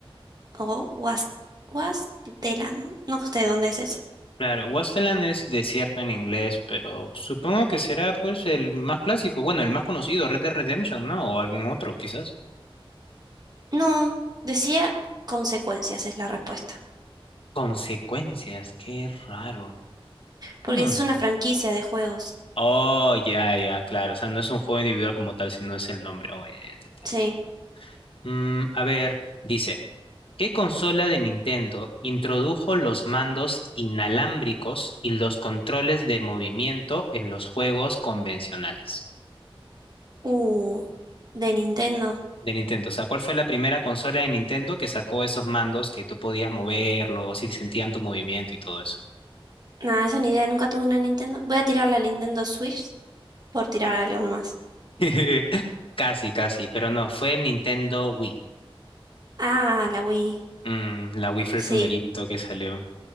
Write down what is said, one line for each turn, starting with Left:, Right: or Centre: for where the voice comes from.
Right: O Was Wasteland. No sé dónde es
Left: claro, Wasteland es desierto en inglés, pero supongo que será pues el más clásico, bueno, el más conocido, Red Dead Redemption, ¿no? O algún otro, quizás.
Right: No, decía consecuencias es la respuesta.
Left: Consecuencias, qué raro.
Right: Porque
Left: Hmm.
Right: es una franquicia de juegos.
Left: Oh, ya, ya, claro. O sea, no es un juego individual como tal, sino es el nombre. Oh, ya, ya te entendí.
Right: Sí.
Left: Mm, a ver, dice. ¿Qué consola de Nintendo introdujo los mandos inalámbricos y los controles de movimiento en los juegos convencionales
Right: Uh, de Nintendo.
Left: de Nintendo? O sea, ¿cuál fue la primera consola de Nintendo que sacó esos mandos que tú podías moverlos y sentían tu movimiento y todo eso?
Right: Nada, esa ni idea, nunca tuve una Nintendo. Voy a tirar la Nintendo Switch por tirar algo más.
Left: <laughs> Casi, casi, pero no, fue el Nintendo Wii.
Right: Ah, la Wii.
Left: Mm, la Wii fue
Right: Sí.
Left: el primerito que salió.